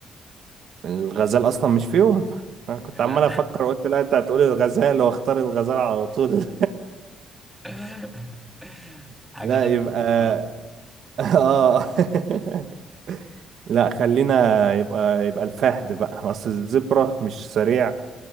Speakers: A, on the right; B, in the centre.
A: الغزال أصلا مش فيهم أنا كنت
B: لا
A: عمال أفكر قلت لا أنت هتقولي الغزال وأختار الغزال على طول
B: <laughs>
A: <laughs>
B: حاجة
A: لا
B: غير
A: يبقى
B: متوقعة
A: <laughs> آه <laughs> لا خلينا يبقى يبقى الفهد بقى اصل الزبرة مش سريع